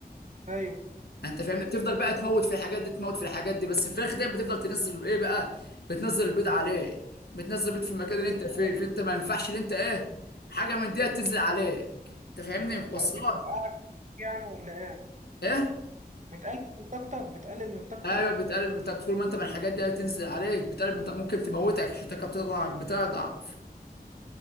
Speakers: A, on the right; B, on the left.
A: ايوه
B: انت فاهمني بتفضل بقى تموت في الحاجات دي تموت في الحاجات دي بس الفراخ دي بتفضل تنزل ايه بقى بتنزل البيض عليك بتنزل البيض في المكان اللي انت
A: ايوه
B: فيه فانت ما ينفعش اللي انت ايه حاجه من دي تنزل عليك انت فاهمني وصلك
A: بتفرقعك يعني ولا ايه
B: ايه
A: بتقلل من طاقتك بتقلل من طاقتك
B: ايوه بتقلل من طاقتك طول ما انت من الحاجات دي بتنزل عليك بتقلل من طاقتك ممكن تموتك عشان الطاقه بتاعتك بتضعف